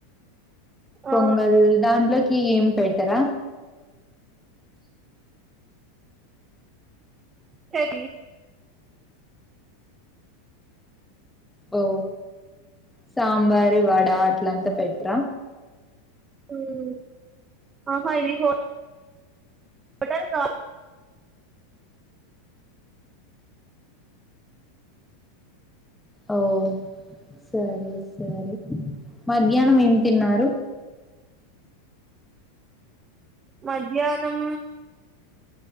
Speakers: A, on the right; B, in the centre.
A: ఆ
B: పొంగల్ దాంట్లోకి ఏం పెట్టరా
A: చట్నీ
B: ఓ సాంబారు వడ అట్లంతా పెట్రా
A: ఉమ్ ఆహా ఇది మట్టన్ కా
B: ఓ సరే సరే మధ్యాహ్నం ఏం తిన్నారు
A: మధ్యాహ్నం